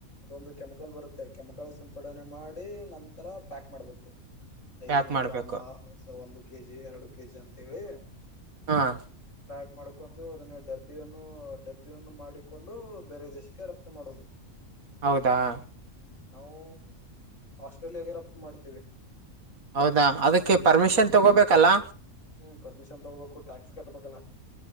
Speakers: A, on the left; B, on the right.
A: ಒಂದು ಕೆಮಿಕಲ್ ಬರುತ್ತೆ, ಕೆಮಿಕಲ್ ಸಿಂಪಡಣೆ ಮಾಡಿ ನಂತರ ಪ್ಯಾಕ್ ಮಾಡಬೇಕು ಐದ್ನೂರು
B: ಪ್ಯಾಕ್ ಮಾಡ್ಬೇಕು
A: ಗ್ರಾಮ, ಒಂದು ಕೆಜಿ, ಎರಡ ಕೆ ಜಿ ಅಂತ ಹೇಳಿ
B: ಹಾಆ
A: ಪ್ಯಾಕ್ ಮಾಡ್ಕೊಂಡು ಅದನ್ನು ಡಬ್ಬಿಯನ್ನು ಡಬ್ಬಿಯನ್ನು ಮಾಡಿಕೊಂಡು ಬೇರೆ ದೇಶಕ್ಕೆ ರಫ್ತು ಮಾಡೋದು
B: ಹೌದಾಆ
A: ನಾವು ಹಾಸ್ಟೆಲ್ ನಲೆ ರಫ್ತು ಮಾಡ್ತೀವಿ
B: ಹೊ ಅದಕ್ಕೆ ಪರ್ಮಿಷನ್ ತಗೋಬೇಕಲ್ಲಾ
A: ಹ್ಮ್ ಪರ್ಮಿಷನ್ ತಗೋಬೇಕು ಟ್ಯಾಕ್ಸ್ ಕಟ್ಟಬೇಕಾಲ